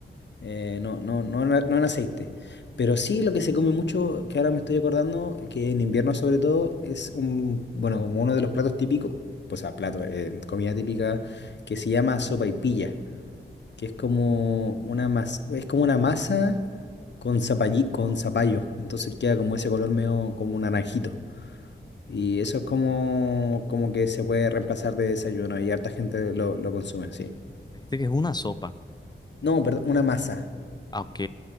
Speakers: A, on the left; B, on the left.
A: Eh, no, no, no, en a- no en aceite. Pero sí lo que se come mucho, que ahora me estoy acordando, que en invierno sobre todo, es un, bueno, como uno de los platos típicos, pues a plato, eh, comida típica, que se llama sopaipilla, que es como una masa, es como una masa con zapallí, con zapallo. Entonces queda como ese color medio como un naranjito. Y eso es como, como que se puede reemplazar de desayuno y harta gente lo, lo consume, sí.
B: Me dijiste que es una sopa.
A: No, perdón, una masa.
B: Ah, ok,